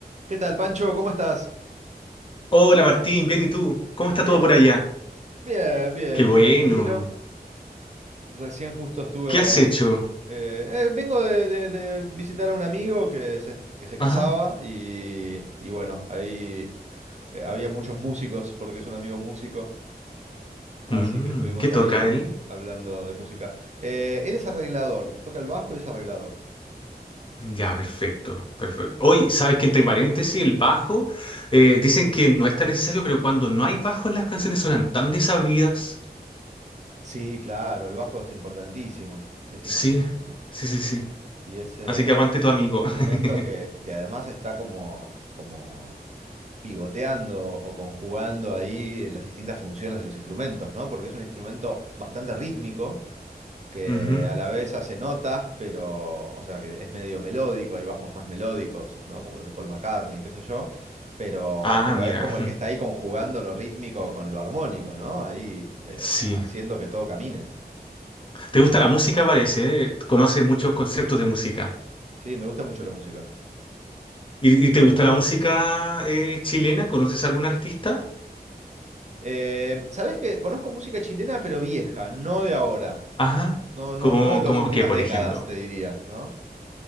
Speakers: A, on the right (about 45°); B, on the left (about 30°).
A: ¿Qué tal, Pancho? ¿Cómo estás?
B: Hola Martín, bien, ¿y tú? ¿Cómo está
A: Bien,
B: todo por allá?
A: Bien, bien,
B: Qué
A: muy
B: bueno.
A: tranquilo. Recién justo estuve...
B: ¿Qué has hecho?
A: eh, eh, vengo de, de- de visitar a un amigo que se, que se casaba
B: Ajá.
A: y, y bueno, ahí eh, había muchos músicos porque es un amigo músico, así
B: Mm,
A: que estuvimos
B: ¿qué toca
A: ahí
B: él?
A: hablando de música. Eh, él es arreglador, toca el bajo y es arreglador.
B: Ya, perfecto, perfecto. Hoy, ¿sabes que entre paréntesis el bajo? eh, dicen que no es tan necesario, pero cuando no hay bajo las canciones suenan tan desabridas.
A: Sí, claro, el bajo es importantísimo, es
B: Sí,
A: importantísimo.
B: sí, sí, sí.
A: Y es, eh,
B: Así que aguante
A: es un
B: tu amigo.
A: instrumento
B: <laughs>
A: que, que además está como, como pivoteando o conjugando ahí las distintas funciones de los instrumentos, ¿no? Porque es un instrumento bastante rítmico, que
B: Ujú.
A: a la vez hace notas, pero, o sea, que es medio melódico, hay bajos más melódicos, ¿no? Como los de Paul McCartney, qué sé yo, pero,
B: Ah,
A: pero
B: mira.
A: es como el
B: <laughs>
A: que está ahí conjugando lo rítmico con lo armónico, ¿no? Ahí eh,
B: Sí.
A: haciendo que todo camine.
B: ¿Te gusta la música, parece? ¿eh? Conoces muchos conceptos de música.
A: Sí, me gusta mucho la música.
B: ¿Y, y te gusta la música eh, chilena? ¿Conoces algún artista?
A: Eh, ¿sabés qué? Conozco música chilena, pero vieja, no de ahora.
B: Ajá.
A: No, no,
B: Como,
A: no de las
B: como
A: últimas
B: que, por
A: décadas,
B: ejemplo.
A: te diría, ¿no?